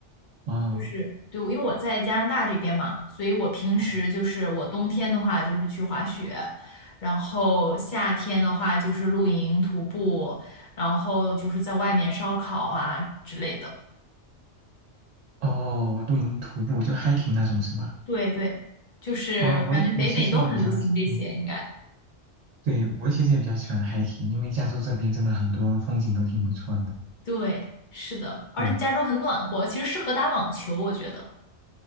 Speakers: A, on the right; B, on the left.
A: 哦
B: 就是对，因为我在加拿大这边嘛，所以我平时就是我冬天的话就是去滑雪，
A: 嗯，
B: 然后夏天的话就是露营、徒步，然后就是在外面烧烤啊之类的。
A: 哦，露营、徒步就 hiking 那种是吧？
B: 对对，就是感觉北美都很流行这些，
A: 哦，我也我其实也比较，嗯，
B: 应该。
A: 对，我其实也比较喜欢 hiking，因为加州这边真的很多风景都挺不错的。
B: 对，是的，而且加州很暖和，
A: 对
B: 其实适合打网球，我觉得。